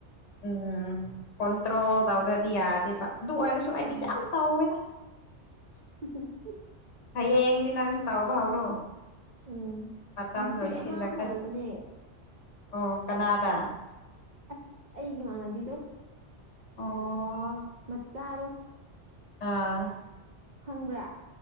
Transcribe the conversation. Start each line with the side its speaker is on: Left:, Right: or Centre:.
Left: ꯎꯝ ꯀꯣꯟꯇ꯭ꯔꯣꯜ ꯇꯧꯗ꯭ꯔꯗꯤ ꯌꯥꯗꯦꯕ ꯑꯗꯨ ꯑꯣꯏꯔꯁꯨ ꯑꯩꯗꯤ
Right: ꯎꯝ
Left: ꯌꯥꯝ ꯇꯧꯋꯦꯗ
Right: <unintelligible>
Left: ꯍꯌꯦꯡꯗꯤ ꯅꯪꯁꯨ ꯇꯥꯎꯔꯕ ꯍꯧꯔꯣ
Right: ꯎꯝ
Left: ꯃꯇꯝ
Right: ꯉꯁꯤ
Left: ꯂꯣꯏꯁꯤꯜꯂꯛꯇꯅ
Right: ꯑꯃ ꯍꯧꯕꯅꯦ
Left: ꯑꯣ ꯀꯅꯥꯗ
Right: ꯑꯁ ꯑꯩꯒꯤ ꯏꯃꯥꯟꯅꯕꯤꯗꯣ
Left: ꯑꯣ
Right: ꯃꯠꯆꯥꯥꯗꯣ
Left: ꯑꯥ
Right: ꯈꯪꯕ꯭ꯔꯥ